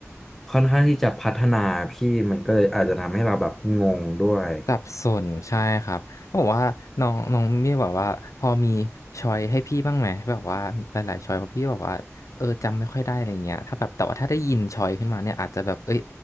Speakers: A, in the centre; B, on the left.
A: ค่อนข้างที่จะพัฒนาพี่มันก็เลยอาจจะทำให้เราแบบงงด้วย
B: สับสนใช่ครับบอกว่าน้องน้องเมียบอกว่าพอมีช้อยให้พี่บ้างไหมแบบว่าหลายๆช้อยเพราะพี่บอกว่าเออจำไม่ค่อยได้อะไรเงี้ยถ้าแบบแต่ว่าถ้าได้ยินช้อยขึ้นมาเนี่ยอาจจะแบบเอ้ย